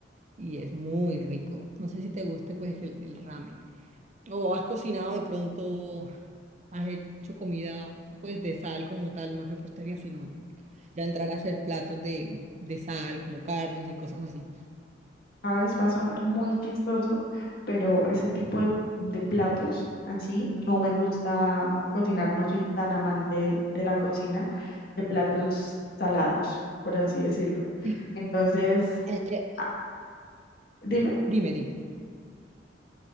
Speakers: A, on the right; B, on the left.
A: y es muy rico. No sé si te guste pues el, el ramen. O has cocinado de pronto, has hecho comida pues de sal como tal, no repostería, sino ya entrar a hacer platos de, de sal, como carnes y cosas así.
B: ¿Sabes? Va a sonar muy chistoso, pero ese tipo de, de platos así no me gusta cocinar, no soy tan amante de la cocina, de platos salados, por así decirlo.
A: Sí.
B: Entonces,
A: Este,
B: ah, dime.
A: dime, dime.